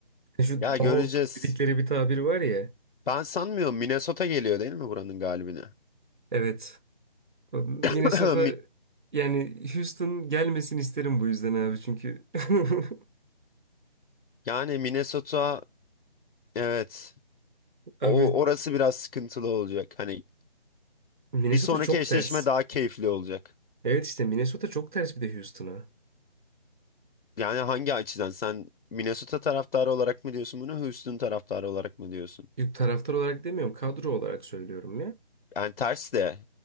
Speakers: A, on the right; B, on the left.
A: Şu
B: Ya göreceğiz.
A: dog dedikleri bir tabir var ya.
B: Ben sanmıyorum Minnesota geliyor değil mi buranın galibine?
A: Evet. Minnesota
B: <clears throat> Mi-
A: yani Houston gelmesin isterim bu yüzden abi çünkü <laughs>
B: Yani Minnesota evet
A: Abi
B: o orası biraz sıkıntılı olacak. Hani
A: Minnesota
B: bir sonraki
A: çok
B: eşleşme
A: ters.
B: daha keyifli olacak.
A: Evet işte Minnesota çok ters bir de Houston'a.
B: Yani hangi açıdan sen Minnesota taraftarı olarak mı diyorsun bunu, Houston taraftarı olarak mı diyorsun?
A: Yok taraftar olarak demiyorum, kadro olarak söylüyorum ya.
B: Yani ters de